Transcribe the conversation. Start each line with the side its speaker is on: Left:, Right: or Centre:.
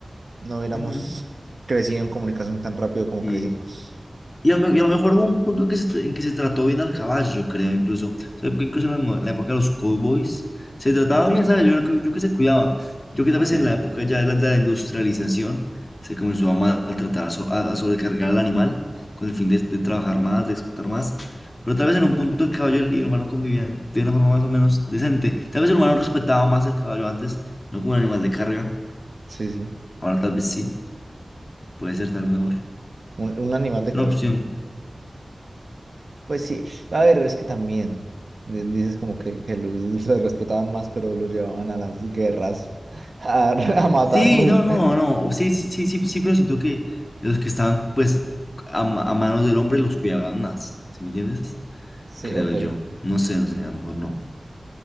Right: no hubiéramos
Left: Ujú.
Right: crecido en comunicación tan rápido como
Left: Y
Right: crecimos.
Left: Y a, lo me- y a lo mejor hubo un punto en que se, tra- en que se trató bien al caballo, yo creo, incluso. O sea, que incluso en la, mo- la época de los cowboys se trataba bien, ¿sabes? Yo, creo que- yo que se cuidaba. Yo que tal
Right: Ok,
Left: vez en la época ya de la, de la industrialización se comenzó a maltratar, so- a, a sobrecargar al animal con el fin de, de trabajar más, de explotar más. Pero tal vez en un punto el caballo y el y el humano convivían de una forma más o menos decente. Tal vez el humano respetaba más el caballo antes, no como un animal de carga.
Right: sí, sí.
Left: Ahora tal vez sí, puede ser tal vez mejor.
Right: Un, un animal de
Left: Es una
Right: carrera.
Left: opción
Right: Pues sí, a ver, es que también di- dices como que, que lo- <laughs> se respetaban más, pero los llevaban a las guerras a, <laughs> a matarlos.
Left: Sí, no, no, no, sí, sí, sí, sí, sí, pero siento que los que estaban, pues, a, ma- a manos del hombre los cuidaban más, ¿sí me entiendes?
Right: Sí,
Left: Creo
Right: ok,
Left: yo,
Right: es
Left: no sé, no sé, a lo mejor no.